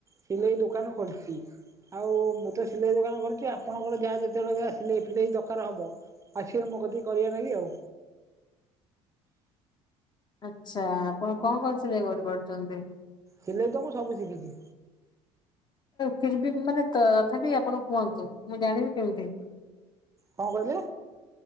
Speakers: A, on the right (about 25°); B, on the left (about 35°).
A: ସିଲେଇ ଦୋକାନ ଖୋଲିଚି ଆଉ ମୁଁ ତ ସିଲେଇ ଦୋକାନ ଖୋଲିଚି ଆପଣଙ୍କର ଯାହା ଯେତେବେଳେ ଯାହା ସିଲେଇ ଫିଲେଇ ଦରକାର ହବ ଆ ସିବ ମୋ କତିକି କରିବା ନା ଗି ଆଉ।
B: ଆଚ୍ଛା ଆପଣ କଣ କଣ ସିଲେଇ କରିପାରୁଛନ୍ତି?
A: ସିଲେଇ ତ ମୁଁ ସବୁ ଶିକିଚି।
B: ଫିର୍ ବି ମାନେ ତ-ତଥାପି ଆପଣ କୁହନ୍ତୁ ମୁଁ ଜାଣିବି କେମିତି?
A: କଣ କହିଲେ?